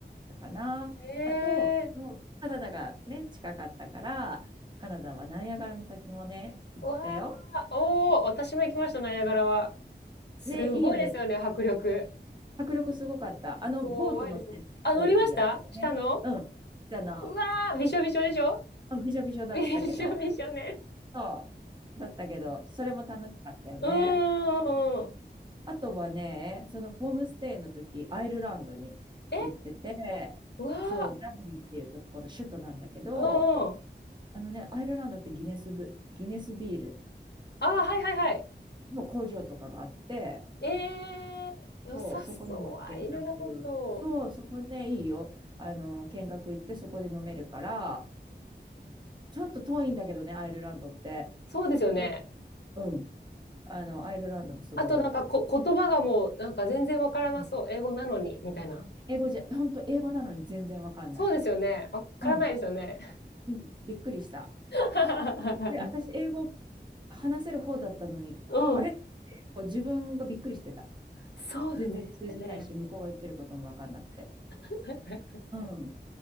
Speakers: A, on the right (about 25°); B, on the left (about 65°).
A: たかな。
B: ええ
A: あと、そうカナダがね、近かったから、カナダはナイアガラの滝もね、行ったよ。
B: うわー、おー、私も行きました、ナイアガラは。
A: うん
B: すごいですよね、
A: ね、いいよね。
B: 迫力。
A: 迫力すごかった。あの、
B: 怖いですもん。
A: ボート乗って近くで見るやつだよね。
B: あ、乗りました下の
A: うん。あの、
B: うわー、びしょびしょでしょ
A: びしょびしょだったけど、
B: <laughs> びしょびしょね。
A: そう。だったけど、それも楽しかったよね。
B: うーん。
A: あとはね、そのホームステイの時、アイルランドに行ってて、
B: え、うわ
A: そう、ダブリンっていうところ、首都なんだけど、
B: ー、うんうん。
A: あのね、アイルランドってギネスブ、ギネスビール
B: あー、はいはいはい。
A: の工場とかがあって、
B: えー、良さそう、
A: そう、そこにも見学、
B: アイルランド。
A: そう、そこね、いいよ。あの、見学行ってそこで飲めるから、ちょっと遠いんだけどね、アイルランドって。
B: そうですよね。
A: でも、うん、あの、アイルランドもすごいよかった。
B: あとなんかこ、言葉がもうなんか全然わからなそう。
A: うん
B: 英語なのに、みたいな。
A: 英語じゃ、本当英語なのに全然わかんない。
B: そうですよね。わからないですよね。
A: うん、うん、びっくりした。
B: <laughs>
A: で、私、英語話せる方だったのに、
B: うん。
A: あれこう自分がびっくりしてた。
B: そうよね。
A: 全然通じないし、
B: あれね。
A: 向こうが言ってることも分かんなくて。
B: <laughs>
A: うん。